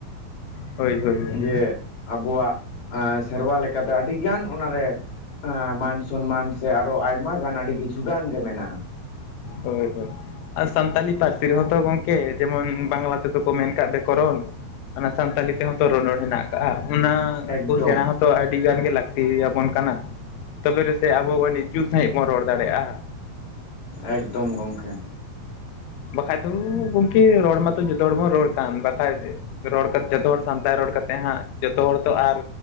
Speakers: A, on the left; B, on the left.
A: ᱦᱳᱭ ᱦᱳᱭ ᱦᱳᱭ
B: ᱡᱮ ᱟᱵᱚᱣᱟᱜ ᱥᱮᱨᱣᱟ ᱞᱮᱠᱟᱛᱮ ᱟᱹᱰᱤᱜᱟᱱ ᱚᱱᱟᱨᱮ ᱢᱟᱱ ᱥᱚᱱᱢᱟᱱ ᱥᱮ ᱟᱨᱚ ᱟᱭᱢᱟ ᱜᱟᱱ ᱟᱹᱰᱤ ᱠᱤᱪᱷ ᱜᱟᱱ ᱜᱮ ᱢᱮᱱᱟᱜᱼᱟ᱾
A: ᱦᱳᱭ ᱦᱳᱭ ᱟᱨ ᱥᱟᱱᱛᱟᱞᱤ ᱯᱟᱹᱨᱥᱤ ᱨᱮᱦᱚᱸ ᱛᱚ ᱜᱚᱝᱠᱮ ᱡᱮᱢᱚᱱ ᱵᱟᱝᱞᱟ ᱛᱮᱫᱚ ᱠᱚ ᱢᱮᱱ ᱟᱠᱟᱜᱼᱟ ᱵᱮᱠᱚᱨᱚᱱ ᱚᱱᱟ ᱥᱟᱱᱛᱟᱞᱤ ᱛᱮᱦᱚᱸ ᱛᱚ ᱨᱚᱱᱚᱲ ᱦᱮᱱᱟᱜ ᱠᱟᱜᱼᱟ ᱚᱱᱟ
B: ᱮᱠᱫᱚᱢ
A: ᱠᱚ ᱥᱮᱬᱟ ᱦᱚᱸᱛᱚ ᱛᱚ ᱟᱹᱰᱤᱜᱟᱱ ᱜᱮ ᱞᱟᱹᱠᱛᱤᱭᱟᱵᱚᱱ ᱠᱟᱱᱟ ᱛᱚᱵᱮ ᱨᱮᱥᱮ ᱟᱵᱚ ᱚᱱ ᱡᱩᱛ ᱥᱟᱺᱦᱤᱡ ᱵᱚᱱ ᱨᱚᱲ ᱫᱟᱲᱮᱭᱟᱜᱼᱟ
B: ᱮᱠᱫᱚᱢ ᱜᱚᱝᱠᱮ
A: ᱵᱟᱠᱷᱟᱡ ᱫᱚ ᱜᱚᱢᱠᱮ ᱨᱚᱲ ᱢᱟᱛᱚ ᱡᱚᱛᱚ ᱦᱚᱲ ᱵᱚᱱ ᱨᱚᱲ ᱠᱟᱱ ᱵᱟᱠᱷᱟᱡ ᱨᱚᱲ ᱠᱟᱛᱮ ᱡᱚᱛᱚ ᱦᱚᱲ ᱥᱟᱱᱛᱟᱲ ᱨᱚᱲ ᱠᱟᱛᱮᱫ ᱦᱟᱸᱜ ᱡᱚᱛᱚ ᱦᱚᱲ ᱛᱚ ᱟᱨ